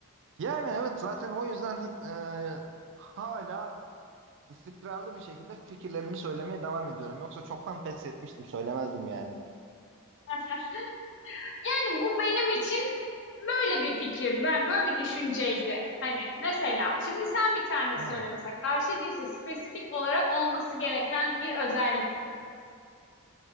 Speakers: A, on the right; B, on the left.
A: Yani evet zaten o yüzden e, hala istikrarlı bir şekilde fikirlerimi söylemeye devam ediyorum. Yoksa çoktan pes etmiştim, söylemezdim yani.
B: <laughs> Yani bu benim için böyle bir fikir. Ben böyle bir düşünceydi. Hani mesela şimdi sen bir tane
A: Hı.
B: söyle mesela karşı cinsi spesifik olarak olması gereken bir özellik.